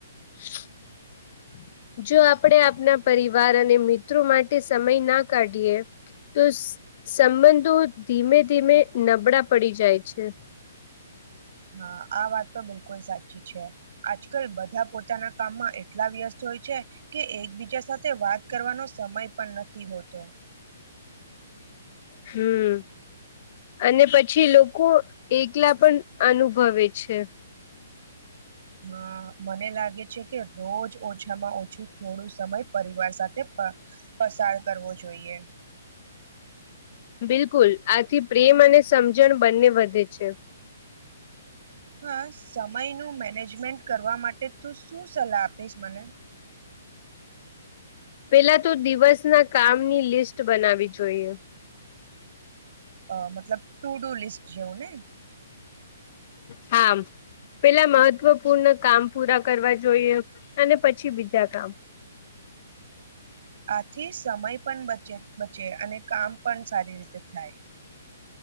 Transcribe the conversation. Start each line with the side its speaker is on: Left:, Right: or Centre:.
Left: <unintelligible> જો આપણે આપના પરિવાર અને મિત્રો માટે સમય ના કાઢીએ તો સંબંધો ધીમે ધીમે નબળા પડી જાય છે <inaudible>
Right: હા આ વાત તો બિલકુલ સાચી છે આજકાલ બધા પોતાના કામમાં એટલા વ્યસ્ત હોય છે કે એકબીજા સાથે વાત કરવાનો સમય પણ નથી હોતો
Left: હમ અને પછી લોકો એકલા પણ અનુભવે છે.
Right: હા મને લાગે છે કે રોજ ઓછામાં ઓછું થોડું સમય પરિવાર સાથે પણ પસાર કરવો જોઈએ. <inaudible>
Left: બિલકુલ આથી પ્રેમ અને સમજણ બંને વધે. <inaudible>
Right: હા સમયનું મેનેજમેન્ટ કરવા માટે તું શું સલાહ આપીશ મને.
Left: પેલા તો દિવસના કામની લિસ્ટ બનાવી જોઈએ.
Right: અ મતલબ ટુ ટ લિસ્ટ જેવું ને
Left: હા પેલા મહત્વપૂર્ણ કામ પૂરા કરવા જોઈએ અને પછી બીજા કામ
Right: આથી સમય પણ બચે. બચે અને કામ પણ સારી રીતે થાય.